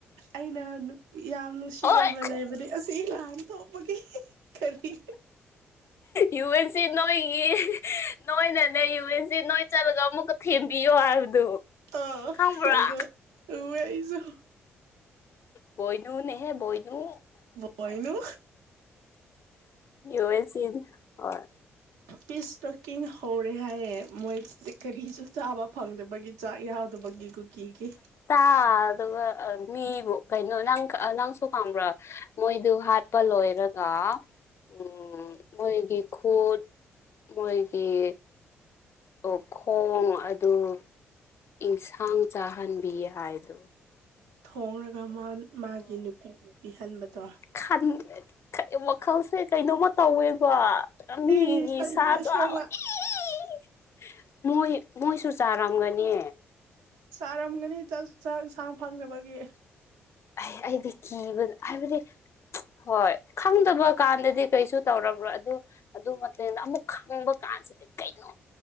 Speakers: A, on the right; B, on the left.
A: ꯑꯩꯅ ꯅꯨꯄꯤ ꯌꯥꯝ ꯅꯨꯡꯁꯤꯔꯕ
B: ꯍꯣꯏ
A: ꯂꯩꯕꯗꯤ ꯑꯁ ꯏꯃꯥ ꯑꫭꯟꯊꯣꯛꯄꯒꯤ ꯀꯔꯤ
B: ꯌꯨ ꯑꯦꯟ ꯁꯤ ꯅꯣꯏꯒꯤ ꯅꯣꯏꯅꯅꯦ ꯌꯨ ꯑꯦꯟ ꯁꯤ ꯅꯣꯏ ꯆꯠꯂꯒ ꯑꯃꯨꯛꯀ ꯊꯦꯝꯕꯤꯌꯣ ꯍꯥꯏꯕꯗꯨ
A: ꯑꯥ
B: ꯈꯪꯕ꯭ꯔꯥ
A: ꯑꯗꯨ ꯎꯨꯏꯌꯦ ꯑꯩꯖꯨ
B: ꯕꯣꯏꯅꯨꯅꯦꯍꯦ ꯕꯣꯏꯅꯨ
A: ꯕꯣꯏꯅꯨ
B: ꯌꯨ ꯑꯦꯟ ꯁꯤ ꯍꯣꯢ
A: ꯄꯤꯁꯇꯔꯦꯀꯤꯡ ꯍꯧꯔꯦ ꯍꯥꯏꯌꯦ ꯃꯣꯏ ꯀ‍꯭ꯔꯤꯁꯨ ꯆꯥꯕ ꯐꯪꯗꯕꯒꯤ ꯆꯥꯛ ꯌꯥꯎꯗꯕꯒꯤ ꯀꯨꯀꯤ ꯒꯤ
B: ꯇꯥ ꯑꯗꯨꯒ ꯃꯤꯕꯨ ꯀꯩꯅꯣ ꯅꯪ ꯅꯪꯁꯨ ꯈꯪꯕ꯭ꯔꯥ ꯃꯣꯏꯗꯨ ꯍꯥꯠꯄ ꯂꯣꯏꯔꯒ ꯎꯝ ꯃꯣꯏꯒꯤ ꯈꯨꯠ ꯃꯣꯏꯒꯤ ꯑꯣ ꯈꯣꯡ ꯑꯗꯨ ꯑꯦꯟꯁꯥꯡ ꯆꯥꯍꯟꯕꯤ ꯍꯥꯏꯗꯣ
A: ꯍꯣꯡꯂꯒ ꯃꯥꯟ ꯃꯥꯒꯤ ꯅꯨꯄꯤꯕꯨ ꯄꯤꯍꯟꯕꯗꯣ
B: ꯈꯟꯗꯦ ꯋꯥꯈꯜꯁꯦ ꯀꯩꯅꯣꯃ ꯇꯧꯋꯦꯕ
A: ꯑꯦ
B: ꯃꯤꯒꯤ
A: ꯇꯜꯂꯦ
B: ꯁꯥ ꯆꯥꯕ
A: ꯑꯁꯦꯡꯕ
B: ꯏꯁ ꯏꯤ ꯃꯣꯏ ꯃꯣꯏꯁꯨ ꯆꯥꯔꯝꯒꯅꯤ
A: ꯆꯥꯔꯝꯒꯅꯤ ꯆꯥ ꯆꯥꯛ ꯏꯟꯁꯥꯡ ꯐꯪꯗꯕꯒꯤ
B: ꯑꯩ ꯑꯩꯗꯤ ꯀꯤꯕꯅ ꯍꯥꯏꯕꯗꯤ ꯍꯣꯏ ꯈꯪꯗꯕ ꯀꯥꯟꯗꯗꯤ ꯀꯩꯁꯨ ꯇꯧꯔꯝꯃꯣꯢ ꯑꯗꯨ ꯑꯗꯨꯝ ꯉꯛꯇꯅꯦꯗ ꯑꯃꯨꯛ ꯈꯪꯕ ꯀꯥꯟꯁꯤꯗꯤ ꯀꯩꯅꯣ